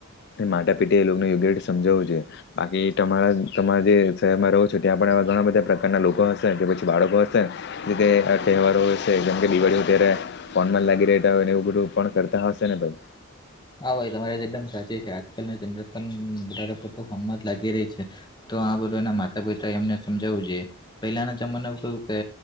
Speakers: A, on the left; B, on the left.
A: માતા પિતાએ લોકોને યોગ્ય રીતે સમજાવવું છે બાકી તમારા તમારા જે શહેરમાં રહો છો ત્યાં પણ ઘણા બધા પ્રકારના લોકો હશે કે પછી બાળકો હશે જે રીતે તહેવારો હોય છે જેમ કે દિવાળીઓ ત્યારે ફોન માં લાગી રે હોય એને એ બધું પણ કરતા હશે ને ભાઈ
B: હા ભાઈ તમારે એકદમ સાચી છે આજકાલનું જનરેશન વધારે પડતું ફોનમાં જ લાગી રહી છે તો આ બધું એના માતા પિતા એમને સમજાવું જોઈએ પેલાના જમાના કેવું કે